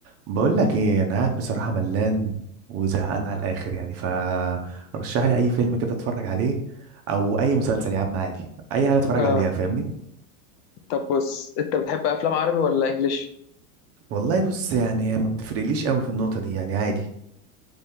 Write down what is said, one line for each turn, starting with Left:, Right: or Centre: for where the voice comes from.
Right: بقول لك ايه انا قاعد بصراحه ملان وزهقان على الاخر يعني فرشح لي اي فيلم كده اتفرج عليه او اي مسلسل يا عم عادي اي حاجه اتفرج
Left: آه.
Right: عليها فاهمني
Left: طب بص انت بتحب افلام عربي ولا انجليش
Right: والله بص يعني هي ما بتفرقليش قوي في النقطة دي يعني عادي